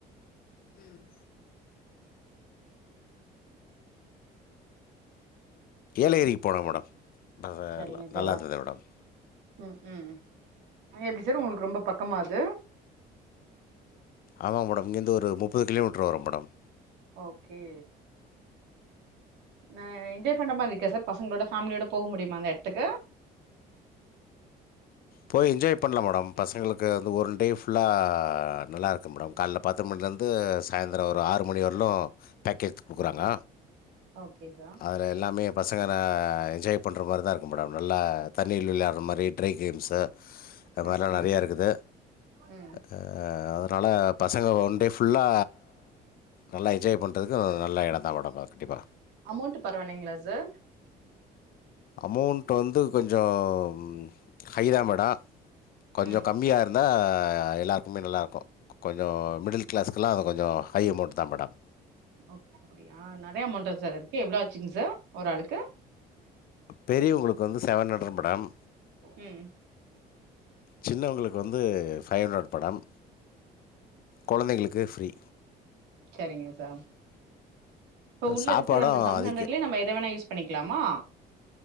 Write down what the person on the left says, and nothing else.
ம் ஏலகிரிக்கு போனோ மேடம் பசங்க
எல்லா
நல்லா இருந்துது மேடம்.
ஆமா மேடம் இங்கேர்ந்து ஒரு முப்பது கிலோமீட்டர் வரு மேடம்.
போய் என்ஜாய் பண்லா மேடம் பசங்களுக்கு வந்து ஒன் டே ஃபுல்லா ஆ நல்லா இருக்கு மேடம் கால்ல பத்து மணி வந்து சாய்ந்தெர ஒரு ஆறு மணி வரலு பேக்கேத் குடுக்குறாங்க
அதுல எல்லாமே பசங்ற என்ஜாய் பண்ற மாரிதா இருக்கும் மேடம் நல்லா தண்ணில விளையாடற மாரி ட்ரை கேம்ஸ் அ அது மாரில்லா
நெறைய
இருக்குது
ஆ அதனால பசங்க ஒன்டே ஃபுல்லா நல்லா என்ஜாய் பண்ணுறதுக்கு நல்ல எடம்தா மேடம் கண்டிப்பா
அமௌண்ட் வந்து கொஞ்ச ம் ஹைதாமேட கொஞ்ச
கம்மியா இருந்தா அ எல்லாருக்குமே நல்லாருக்கு கொஞ்ச மிடில் களாஸ்க்லா அது கொஞ்ச ஹை அமௌண்ட் தா மேடம்
பெரியவங்களுக்கு வந்து செவன் ஹண்ட்ரட் மேடம்
சின்னவங்களுக்கு வந்து ஃபைவ் ஹண்ட்ரட் மேடம் கொழந்தைங்களுக்கு ஃப்ரீ
சாப்பாடும்
அதுக்கு